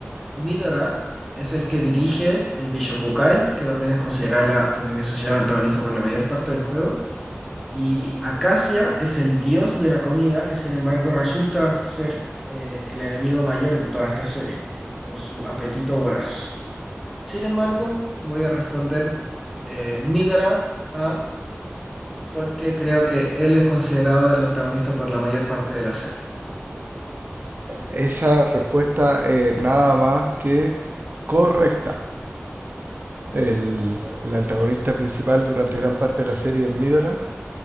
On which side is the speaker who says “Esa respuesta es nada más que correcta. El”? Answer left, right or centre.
Right